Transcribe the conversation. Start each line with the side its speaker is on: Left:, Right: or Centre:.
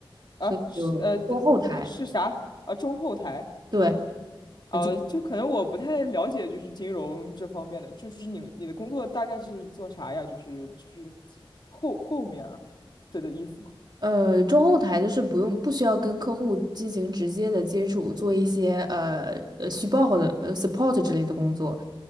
Left: 啊是呃，
Right: 所以就中后台，
Left: 对你是啥？啊，中后台，
Right: 对，
Left: 啊，
Right: 呃就
Left: 就可能我不太了解，就是金融这方面的，就是你们你的工作大概是做啥呀？就是就是后后面儿，这个意思吗？
Right: 呃中后台就是不用不需要跟客户进行直接的接触，做一些呃呃虚报的呃 support 之类的工作。